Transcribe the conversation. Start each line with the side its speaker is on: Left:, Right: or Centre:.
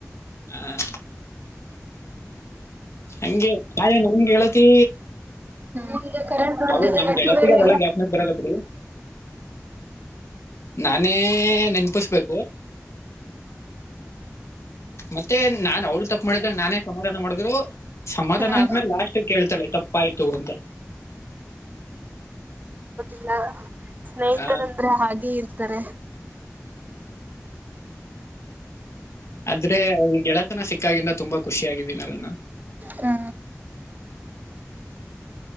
Left: ಹ ಹಂಗೆ ಆದೆ ನಂಗೆಗೆತಿ
Right: ನಿಮ್ದು ಕರೆಂಟ್ ಹೊಂಟೈತೆ
Left: ಅವು ನನ್ಗೆತಿಗೆ
Right: ನೆಟ್ಟ ಬೇರೆ
Left: ಅವೆಲ್ಲ ಗ್ಯಾಪ್ನ ಬರಲ್ಲ ಬಿಡಿ ನಾನೇ ನೆನಪಿಸ್ಬೇಕು ಮತ್ತೆ ನಾನ್ ಅವ್ಳ ತಪ್ಪ ಮಾಡಿದಾಗ ನಾನೇ ಸಮಾಧಾನ ಮಾಡಿದ್ರು ಸಮಾಧಾನ
Right: ಹ್ಮ್
Left: ಆದ್ಮೇಲೆ ಲಾಸ್ಟ್ ಕೇಳ್ತಾಳೆ ತಪ್ಪಾಯ್ತು ಅಂತ
Right: ಲ್ಲ ಸ್ನೇಹಿತರಂದ್ರೆ
Left: ಆ,
Right: ಹಾಗೆ ಇರ ತ್ತರ
Left: ಆದ್ರೆ ಈ ಗೆಳತನ ಸಿಕ್ಕಾಗಿಂದ ತುಂಬಾ ಖುಷಿಿಯಾಗಿದ್ದೀನಲ್ಲ ನಾನು
Right: ಹಾ
Left: ಹ್ಮ.